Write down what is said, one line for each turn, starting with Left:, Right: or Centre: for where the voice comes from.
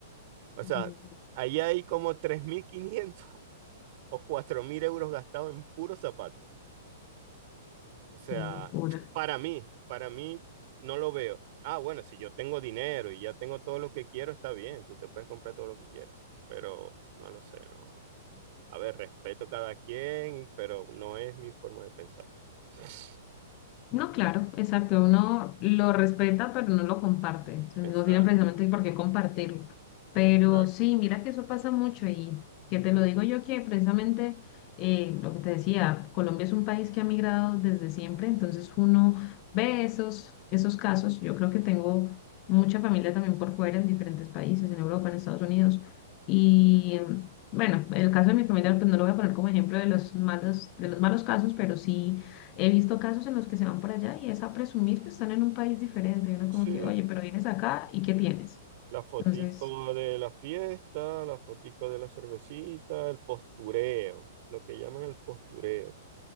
Right: O
Left: Dios
Right: sea,
Left: mío,
Right: ahí hay como 3.500 <laughs> o 4.000 euros gastados en puros zapatos. O sea,
Left: qué locura.
Right: para mí, para mí no lo veo. Ah, bueno, si yo tengo dinero y ya tengo todo lo que quiero, está bien, tú te puedes comprar todo lo que quieras, pero no lo sé, no. A ver, respeto cada quien, pero no es mi forma de pensar. <laughs>
Left: No, claro, exacto. Uno lo respeta, pero no lo comparte. O sea,
Right: Exacto,
Left: no tiene precisamente por qué compartirlo. Pero
Right: exacto.
Left: sí, mira que eso pasa mucho y que te lo digo yo que precisamente eh, lo que te decía, Colombia es un país que ha migrado desde siempre, entonces uno ve esos, esos casos. Yo creo que tengo mucha familia también por fuera en diferentes países, en Europa, en Estados Unidos. Y bueno, el caso de mi familia, pues no lo voy a poner como ejemplo de los malos, de los malos casos, pero sí He visto casos en los que se van para allá y es a presumir que están en un país diferente. Y uno
Right: Sí,
Left: como que, oye, pero vienes acá y ¿qué tienes?
Right: la fotico
Left: Entonces,
Right: de la fiesta, la fotico de la cervecita, el postureo, lo que llaman el postureo.